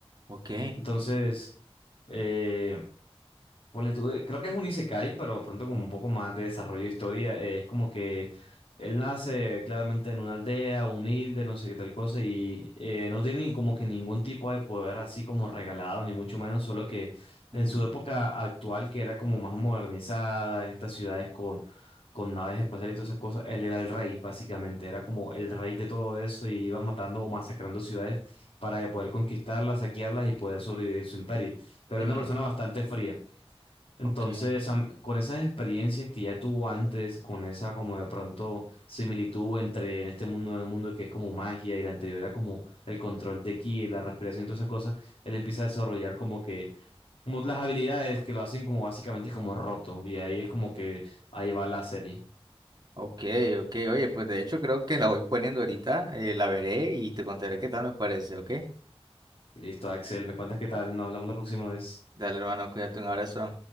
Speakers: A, on the right (about 40°); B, on the left (about 80°).
A: ok,
B: Entonces, eh, Ponle tú, eh, creo que es un isekai, pero pronto con un poco más de desarrollo de historia. eh, es como que él nace claramente en una aldea humilde, no sé qué tal cosa, y eh, no tiene ni como que ningún tipo de poder así como regalado, ni mucho menos, solo que
A: ujú,
B: en su época actual, que era como más modernizada, estas ciudades con, con naves espaciales y todas esas cosas, él era el rey, básicamente, era como el rey de todo eso y iba matando o masacrando ciudades para poder conquistarlas, saquearlas y poder sobrevivir en su imperio. Pero
A: ujú,
B: era una persona bastante fría. Entonces,
A: ok,
B: am- con esas experiencias que ya tuvo antes, con esa como de pronto similitud entre en este mundo nuevo mundo que es como magia y la anterior era como el control de ki, la respiración y toda esa cosa, él empieza a desarrollar como que como las habilidades que lo hacen como básicamente como roto y ahí es como que ahí va la serie.
A: ok, ok. Oye, pues de hecho creo que la voy poniendo ahorita, eh, la veré y te contaré qué tal me parece, ¿ok?
B: Listo, Axel, me cuentas qué tal, nos hablamos la próxima vez.
A: Dale, hermano, cuídate, un abrazo.